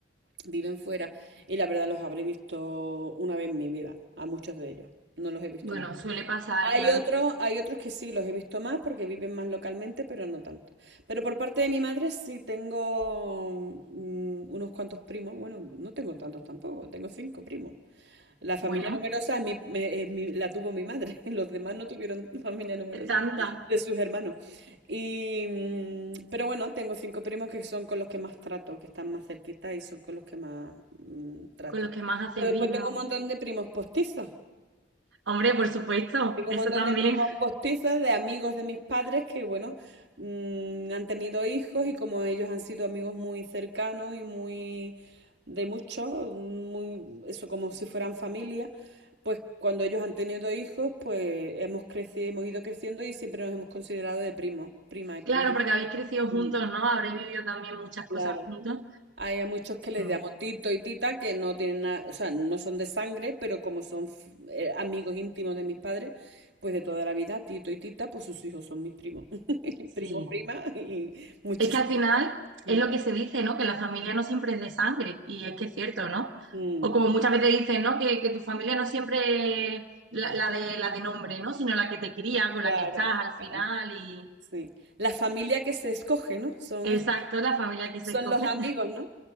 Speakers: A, on the right; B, on the right.
A: viven fuera y la verdad los habré visto una vez en mi vida, a muchos de ellos. No los he visto
B: Bueno,
A: mucho.
B: suele pasar,
A: Hay
B: claro.
A: otros, hay otros que sí los he visto más porque viven más localmente, pero no tanto. Pero por parte de mi madre sí tengo mm, unos cuantos primos. Bueno, no tengo tantos tampoco, tengo cinco primos. La familia
B: Bueno,
A: numerosa es mi- me- es mi- la tuvo mi madre. <laughs> Los demás no tuvieron familia numerosa
B: es tanta.
A: de sus hermanos. Y, mm, pero bueno, tengo cinco primos que son con los que más trato, que están más cerquita y son con los que más mm, trato.
B: Con los que más haces
A: Pero después
B: vida.
A: tengo un
B: o-
A: montón de primos postizos.
B: Hombre, por supuesto,
A: Tengo
B: eso
A: un montón
B: también.
A: de primos
B: <laughs>
A: postizos, de amigos de mis padres que, bueno, mm, han tenido hijos y como ellos han sido amigos muy cercanos y muy de mucho, muy, eso como si fueran familia, pues cuando ellos han tenido hijos, pues hemos crecido, hemos ido creciendo y siempre nos hemos considerado de primos, prima y primo.
B: Claro, porque habéis crecido
A: Mm,
B: juntos, ¿no? Habréis vivido también muchas
A: Claro.
B: cosas juntos.
A: Hay a muchos que les
B: Mm,
A: llamo Tito y Tita que no tienen nada, o sea, no son de sangre, pero como son f- eh, amigos íntimos de mis padres, pues de toda la vida, Tito y Tita, pues sus hijos son mis primos, <laughs>
B: Sí.
A: primo, prima y muchísimo.
B: Es que al final
A: Mm,
B: es lo que se dice, ¿no? Que la familia no siempre es de sangre, y es que es cierto, ¿no?
A: mm,
B: O como muchas veces dicen, ¿no? Que, que tu familia no siempre es la, la de, la de nombre, ¿no? Sino la que te cría, con
A: claro,
B: la que estás al
A: claro,
B: final, y
A: sí. La familia que se escoge, ¿no? Son
B: exacto, la familia que se
A: Son
B: escoge,
A: los amigos, ¿no?